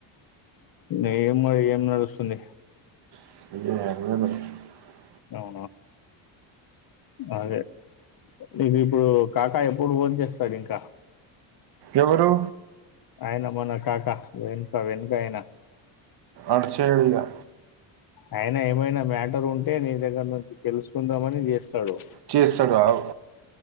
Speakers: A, on the left; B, on the right.
A: ఏమో ఏం నడుస్తుంది
B: <inaudible>
A: అవునా అదే నీకు ఇప్పుడు కాకా ఎప్పుడు ఓట్ చేస్తాడు ఇంకా
B: ఎవరు
A: అయనా మన కాకా వెనుకా వెనుకాయనా
B: అర్చ ఎళగా
A: అయనా ఏమైనా మ్యాటర్ ఉంటే నీ దగ్గర నుంచి తెలుసుకుందామని చేస్త డు
B: చేస్తాడు ఆగు